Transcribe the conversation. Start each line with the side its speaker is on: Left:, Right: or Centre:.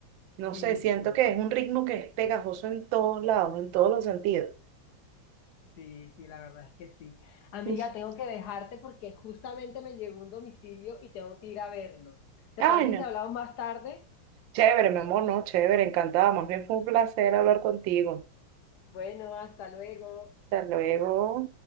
Right: No
Left: Sí,
Right: sé, siento
Left: sí,
Right: que es un ritmo que es pegajoso en todos lados, en todos los sentidos.
Left: sí, sí, la verdad es que sí. Amiga,
Right: <laughs>
Left: tengo que dejarte porque justamente me llegó un domicilio y tengo que ir a verlo. ¿Te
Right: Ay,
Left: parece
Right: no.
Left: si hablamos más tarde?
Right: Chévere, mi amor, no, chévere, encantada. Más bien fue un placer hablar contigo.
Left: Bueno, hasta luego.
Right: Hasta luego.